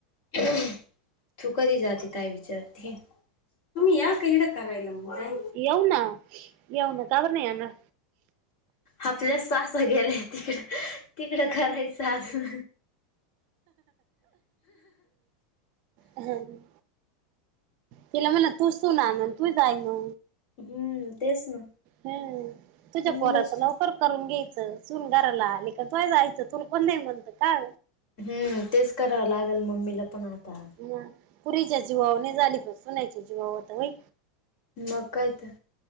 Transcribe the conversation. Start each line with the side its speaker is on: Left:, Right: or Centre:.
Left: <inaudible> तु कधी जाते ताई विचारते तुम्ही या कइड करायला मग काय
Right: येऊना, येऊना का बरं नाही येणार?
Left: आपल्या सासर गेल्याय तिकडं तिकडं खरायचा असं.
Right: हम्म. तिला म्हणा तूच सून आन तूच आई हो.
Left: हम्म तेच ना.
Right: हम्म, तुझ्या
Left: मम्मीलाच
Right: पोराच लवकर करून घ्यायचं सुन गाराला आली का तोय जायचं तुल कोण नाही म्हणतं का.
Left: हम्म तेच करावं लागेल मम्मीला पण आता.
Right: हा. पुरीच्या जीवावर नाय झाली पण सुन्याच्या जीवावर होत व्हय?
Left: मग काय तर?